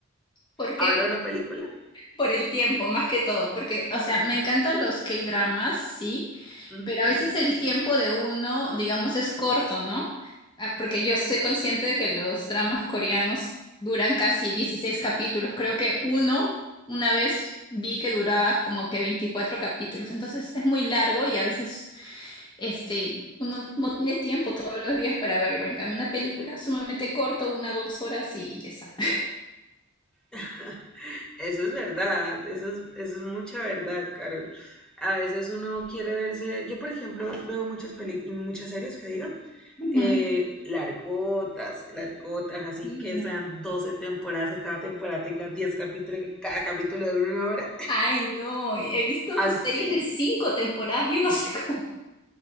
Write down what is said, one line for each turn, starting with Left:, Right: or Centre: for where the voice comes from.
Left: ¿Por qué?
Centre: ¿Ahora una película?
Left: Por el tiempo, más que todo, porque, o sea, me encantan los K-dramas, sí,
Centre: Ujú.
Left: pero a veces el tiempo de uno, digamos, es corto, ¿no? Ah, Porque yo estoy consciente de que los dramas coreanos duran casi 16 capítulos. Creo que uno, una vez vi que duraba como que 24 capítulos. Entonces es muy largo y a veces este, uno no tiene tiempo todos los días para verlo. En cambio, una película sumamente corto, una, dos horas y ya está.
Centre: <laughs> Eso es verdad, eso es, eso es mucha verdad, Carol. A veces uno quiere verse, yo por ejemplo veo muchas peli- muchas series que digo,
Left: <laughs>
Centre: eh, largotas, largotas, así
Left: Ujú.
Centre: que sean 12 temporadas, que cada temporada tenga 10 capítulos, que cada capítulo dure una hora,
Left: Ay, no, he visto
Centre: <laughs> así,
Left: series de cinco temporadas, yo no <laughs> sé cómo.